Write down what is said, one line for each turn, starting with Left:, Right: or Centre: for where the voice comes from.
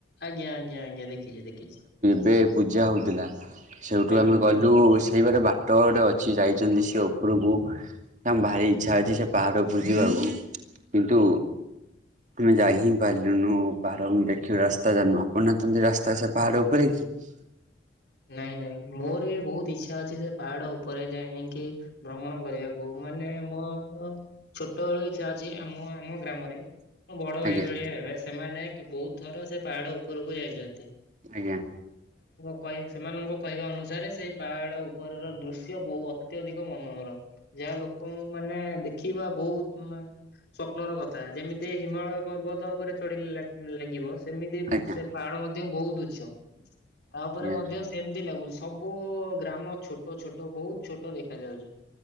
Left: ଆଜ୍ଞା ଆଜ୍ଞା ଆଜ୍ଞା ଦେଖିଛି ଦେଖିଛି।
Right: ଏ ପୂଜା ହେଉଥିଲା ସେଇଠୁ
Left: ଆଜ୍ଞା।
Right: ଆମେ ଗଲୁ ସେଇପଟ ବାଟ ଗୋଟେ ଅଛି ଯାଇଛନ୍ତି ସେ ଉପରକୁ ତାଙ୍କ ଭାରି ଇଚ୍ଛା ଅଛି ସେ ପାହାଡ଼ ଉପ ଯିବା କିନ୍ତୁ ଆମେ ଯାଇ ହିଁ ପାରିଲୁନୁ ପାହାଡ଼ ଦେଖିବୁ ରାସ୍ତା ଜାଣୁ ଆପଣ ନା ତତି ରାସ୍ତା ସେ ପାହାଡ ଉପରେ କି? <inaudible>
Left: ନାଇଁ ନାଇଁ ମୋର ବି ବହୁତ ଇଛା ଅଛି ସେ ପାହାଡ ଉପରେ ଯାଇକି ଭ୍ରମଣ କରିବାକୁ। ମାନେ ମୋର ଛୋଟବେେଳୁ ଇଚ୍ଛା ଅଛି ଆମ ଆମ ଗ୍ରାମରେ ମଁ ବଡଭାଇ
Right: ଆଜ୍ଞା
Left: ଭଳିଆ ହେବେ ସେମାନେ ବହୁତଥର ସେ ପାହାଡ ଉପରକୁ ଯାଇଛନ୍ତି।
Right: ଆଜ୍ଞା।
Left: ହ ସେମାନଙ୍କ କହିବା ଅନୁସାରେ ସେଇ ପାହାଡ ଉପରର ଦୃଶ୍ୟ ବହୁ ଅତ୍ୟଧିକ ମନୋହର। ଯାହା ଲୋକଙ୍କୁ ମାନେ ଦେଖିବା ବହୁତ ମାନେ ସ୍ୱପ୍ନ ର କଥା ଯେମିତି ହିମାଳୟ ପର୍ବତ ଉପରେ ଚଢିଲେ ଲାଗିବ ସେମିତି
Right: ଆଜ୍ଞା
Left: ସେ ପାଡ଼ ମଧ୍ୟ ବହୁତ ଉଚ୍ଚ ତା
Right: ଆଜ୍ଞା।
Left: ଉପରେ ମଧ୍ୟ ସେମିତି ଲାଗୁଛି ସବୁ ଗ୍ରାମ ଛୋଟ ଛୋଟ ବହୁତ ଛୋଟ ଦେଖା ଯାଉଛି।